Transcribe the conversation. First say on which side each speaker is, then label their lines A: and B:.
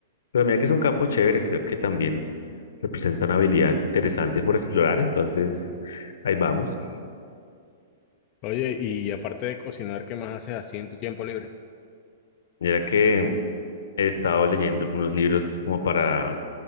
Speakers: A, on the left; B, on the left.
A: Pero mira que es un campo chévere, creo que también representa una habilidad interesante por explorar, entonces ahí vamos.
B: Oye, y aparte de cocinar, ¿qué más haces así en tu tiempo libre?
A: Mira que he estado leyendo algunos libros como para